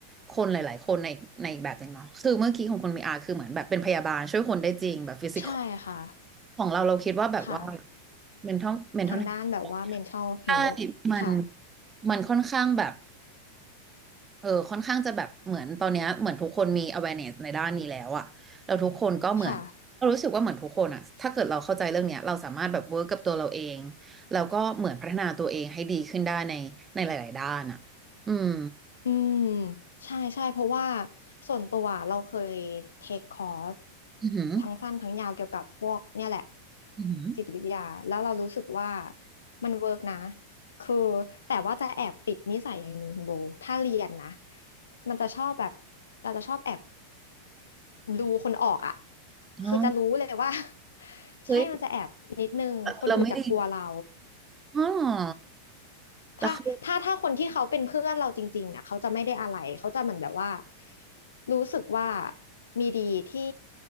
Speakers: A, on the right; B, on the left.
A: คนหลาย ๆ คนในในอีกแบบหนึ่งเนาะคือเมื่อกี้ของคนมีอาคือเหมือนแบบเป็นพยาบาลช่วยคนได้จริงแบบฟิสิก
B: ใช่ค่ะ
A: ของเราเราคิดว่าแบบว่า
B: ค่ะ
A: mental mental
B: ทางด้านแบบว่า
A: health
B: mental health
A: ใช่มัน
B: ค่ะ
A: มันค่อนข้างแบบเออค่อนข้างจะแบบเหมือนตอนเนี้ยเหมือนทุกคนมี awareness ในด้านนี้แล้วอะเราทุกคนก็เหมือนเรารู้สึกว่าเหมือนทุกคนอะถ้าเกิดเราเข้าใจเรื่องเนี้ยเราสามารถแบบ
B: ค่ะ
A: work กับตัวเราเองแล้วก็เหมือนพัฒนาตัวเองให้ดีขึ้นได้ในในหลายๆด้านอะอืม
B: อืมใช่ใช่เพราะว่าส่วนตัวเราเคยเทคคอร์ส
A: อือหือ
B: ทั้งสั้นทั้งยาวเกี่ยวกับพวกเนี่ยแหละ
A: อือหือ
B: จิตวิทยาแล้วเรารู้สึกว่ามันเวิร์กนะคือแต่ว่าจะแอบติดนิสัยอย่างหนึ่งคุณโบถ้าเรียนนะมันจะชอบแบบเราจะชอบแอบดูคนออกอ่ะ
A: อ๋อ
B: คือจะรู้เลยว่า <laughs>
A: เฮ้ย
B: ใช่มันจะแอบนิดนึงคนอื่นจะกลัวเรา
A: เราไม่ดี อ๋อเหรอแล้วเขา
B: ถ้าถ้าถ้าคนที่เขาเป็นเพื่อนเราจริงๆอ่ะเขาจะไม่ได้อะไรเขาจะเหมือนแบบว่ารู้สึกว่ามีดีที่